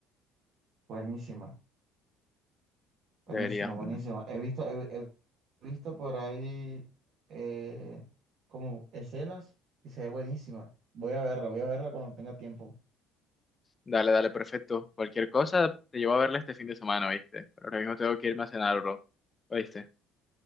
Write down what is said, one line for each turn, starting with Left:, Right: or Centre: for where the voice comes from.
Right: buenísima.
Left: deberías,
Right: buenísima buenísima
Left: man.
Right: He visto, he, he visto por ahí eh, como escenas y se ve buenísima. Voy a verla, voy a verla cuando tenga tiempo.
Left: Dale, dale, perfecto. Cualquier cosa te llevo a verla este fin de semana, ¿viste? Pero ahora mismo tengo que irme a cenar, bro, viste